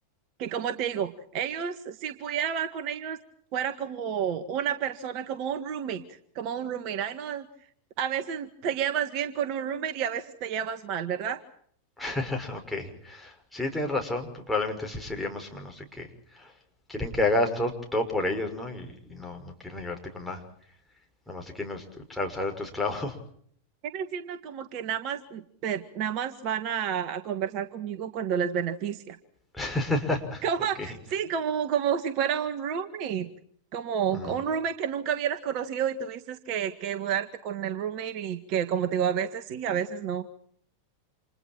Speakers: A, on the right; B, in the centre.
A: que como te digo, ellos, si pudiera hablar con ellos, fuera como una persona, como un roommate, como un roommate. Ay, no, a veces te llevas bien con un roommate y a veces te llevas mal, ¿verdad?
B: <laughs> ok. Sí, tienes razón, pues probablemente así sería más o menos de que quieren que hagas todo, todo por ellos, ¿no? Y, y no, no quieren ayudarte con nada, nada más te quieren us- usar, usar de tu esclavo.
A: Viene siendo como que nada más, te- nada más van a, a conversar conmigo cuando les beneficia.
B: <laughs>
A: <laughs> Como,
B: Ok,
A: sí, como, como si fuera un roommate, como
B: ujú,
A: un roommate que nunca hubieras conocido y tuviste que, que mudarte con el roommate y que, como te digo, a veces sí, a veces no.